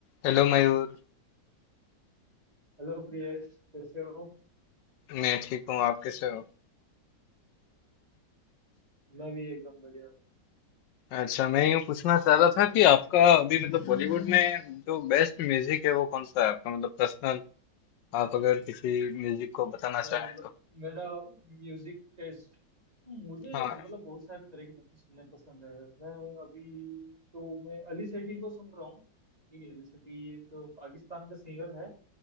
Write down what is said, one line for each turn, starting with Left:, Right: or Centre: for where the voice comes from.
Left: Hello Mayur
Right: हेलो प्रियेश कैसे हो
Left: मैं ठीक हूँ आप कैसे हो
Right: मैं भी एकदम बढ़िया हूँ
Left: अच्छा मैं यूँ पूछना चाह रहा था कि आपका अभी मतलब बॉलीवुड में जो बेस्ट म्यूजिक है वो कौन सा है आपका मतलब पर्सनल आप अगर किसी म्यूजिक को
Right: अ,
Left: बताना चाहें
Right: मतलब
Left: तो
Right: मेरा म्यूजिक टेस्ट मुझे
Left: हाँ
Right: मतलब बहुत सारे तरह की गाने सुनने पसंद है मैं अभी तो मैं अली सेठी को सुन रहा हूँ ठीक है अली सेठी एक पाकिस्तान का सिंगर है